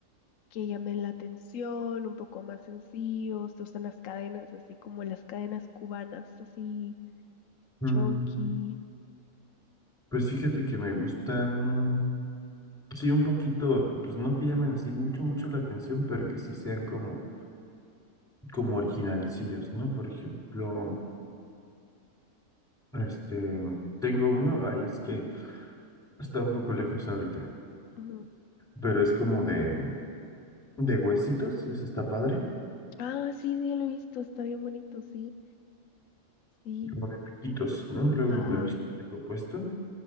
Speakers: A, on the left (about 70°); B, in the centre.
A: que llamen la atención, un poco más sencillos, se usan las cadenas, así como las cadenas cubanas, así
B: Mm,
A: chonky.
B: pues fíjate que me gustan, sí, un poquito, pues no que llamen así mucho, mucho la atención, pero que sí sean como, como originalcillos, ¿no? Por ejemplo, este, tengo uno, ahí es que está un poco lejos ahorita,
A: ujú.
B: pero es como de, de huesitos, ese está padre,
A: Ah, sí, sí, lo he visto, está bien bonito, sí, sí,
B: como de piquitos, ¿no? Luego
A: ajá,
B: me lo tengo puesto.